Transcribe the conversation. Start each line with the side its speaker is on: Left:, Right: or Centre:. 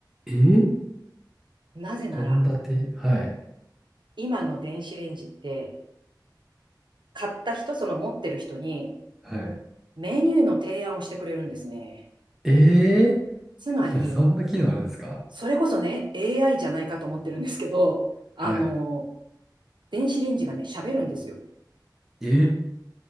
Centre: ええ
Right: なぜなら、
Centre: 献立はい。
Right: 今の電子レンジって、買った人、その持ってる人に、
Centre: はい。
Right: メニューの提案をしてくれるんですね。
Centre: ええ
Right: つまり、
Centre: <laughs> そんな機能あるんですか
Right: それこそね、AI じゃないかと思ってるんですけど、
Centre: はい。
Right: あの、電子レンジがね、喋るんですよ。
Centre: ええ